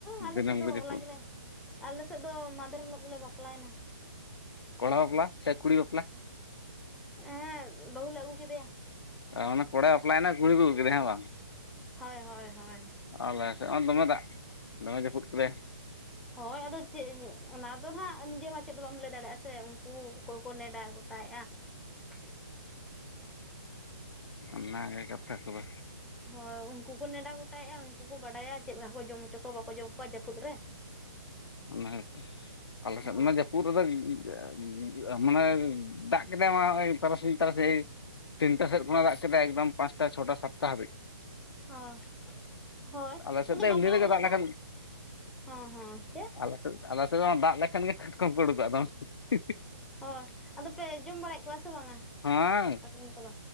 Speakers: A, in the centre; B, on the left.
A: ᱟᱞᱮ
B: ᱫᱤᱱᱟᱹᱢ
A: ᱥᱮᱫ ᱫᱚ
B: ᱜᱮ ᱡᱟᱹᱯᱩᱫ
A: ᱦᱚᱞᱟ ᱜᱮᱞᱮ ᱟᱞᱮ ᱥᱮᱫ ᱫᱚ ᱢᱟᱫᱷᱮᱨ ᱦᱤᱞᱳᱜ ᱜᱮᱞᱮ ᱵᱟᱯᱞᱟᱭᱮᱱᱟ᱾
B: ᱠᱚᱲᱟ ᱵᱟᱯᱞᱟ ᱥᱮ ᱠᱩᱲᱤ ᱵᱟᱯᱞᱟ?
A: ᱮᱸᱜ ᱵᱟᱹᱦᱩ ᱞᱮ ᱟᱹᱜᱩ ᱠᱮᱫᱮᱭᱟ᱾
B: ᱚᱱᱟ ᱠᱚᱲᱟᱭ ᱵᱟᱯᱞᱟ ᱭᱮᱱᱟ ᱠᱩᱲᱤ ᱠᱚ ᱟᱹᱜᱩ ᱠᱮᱫᱮ ᱦᱮᱸ ᱵᱟᱝ?
A: ᱦᱚᱭ ᱦᱚᱭ ᱦᱚᱭ
B: ᱟᱞᱮ ᱥᱮᱫ ᱦᱚᱸ ᱫᱚᱢᱮ ᱫᱟᱜ ᱫᱚᱢᱮ ᱡᱟᱹᱯᱩᱫ ᱠᱮᱫᱟᱭ
A: ᱦᱳᱭ ᱟᱫᱚ ᱪᱮᱫ ᱚᱱᱟ ᱫᱚ ᱱᱟᱦᱟᱜ ᱱᱤᱡᱮ ᱢᱟ ᱪᱮᱫ ᱦᱚᱸ ᱵᱟᱢ ᱞᱟᱹᱭ ᱫᱟᱲᱮᱭᱟᱜᱼᱟ ᱥᱮ ᱩᱱᱠᱩ ᱚᱠᱚᱭ ᱠᱚ ᱱᱮᱰᱟ <unintelligible>
B: ᱚᱱᱟ ᱜᱮ ᱠᱟᱛᱷᱟ ᱠᱚᱫᱚ
A: ᱦᱳᱭ ᱩᱱᱠᱩ ᱠᱚ ᱱᱮᱰᱟ ᱜᱚᱴᱟᱭᱮᱜᱼᱟ ᱩᱱᱠᱩ ᱠᱚ ᱵᱟᱰᱟᱭᱟ ᱪᱮᱜ ᱞᱮᱠᱟ ᱠᱚ ᱡᱚᱢ ᱦᱚᱪᱚ ᱠᱚᱣᱟ ᱵᱟᱠᱚ ᱡᱚᱢ ᱠᱚᱣᱟ ᱡᱟᱹᱯᱩᱫ ᱨᱮ <inaudible>
B: ᱚᱱᱟ <unintelligible> ᱟᱞᱮ
A: ᱦᱳᱭ
B: ᱥᱮᱫ ᱢᱟ ᱡᱟᱯ ᱩᱫ ᱨᱮᱫᱚ <unintelligible> ᱢᱟᱱᱮ ᱫᱟᱜ ᱠᱮᱫᱼᱟ ᱛᱟᱨᱟᱥᱤᱧ ᱛᱟᱨᱟᱥᱤᱧ ᱛᱤᱱᱴᱟ ᱥᱮᱫ ᱠᱷᱚᱱᱟᱜ ᱮ ᱫᱟᱜ ᱠᱮᱫᱟ ᱮᱠᱫᱚᱢ ᱯᱟᱸᱪᱴᱟ ᱪᱷᱚᱴᱟ ᱥᱟᱛᱴᱟ ᱦᱟᱹᱵᱤᱡ
A: ᱦᱚᱸ ᱦᱳᱭ
B: ᱟᱞᱮ ᱥᱮᱫ
A: ᱟᱫᱚ
B: ᱫᱚ
A: ᱵᱟᱯᱞᱟ
B: ᱮᱢᱱᱤ ᱨᱮᱜᱮ
A: ᱦᱤᱞᱳᱜ
B: ᱫᱟᱜ
A: ᱫᱚ
B: ᱞᱮᱠᱷᱟᱱ
A: ᱦᱚᱸ ᱦᱚᱸ ᱪᱮᱫ?
B: ᱟᱞᱮ ᱥᱮᱫ ᱟᱞᱮ ᱥᱮᱫ ᱫᱟᱜ ᱞᱮᱠᱷᱟᱱ ᱜᱮ ᱠᱟᱴᱠᱚᱢ ᱠᱚ ᱩᱰᱩᱠᱚᱜᱼᱟ ᱟᱫᱚ ᱦᱤ
A: ᱦᱳᱭ ᱟᱫᱚ ᱯᱮ ᱡᱚᱢ ᱵᱟᱲᱟᱭᱮᱫ ᱠᱚᱣᱟ ᱥᱮ ᱵᱟᱝᱼᱟ
B: ᱦᱮᱸ
A: ᱠᱟᱴᱠᱚᱢ ᱠᱚᱫᱚ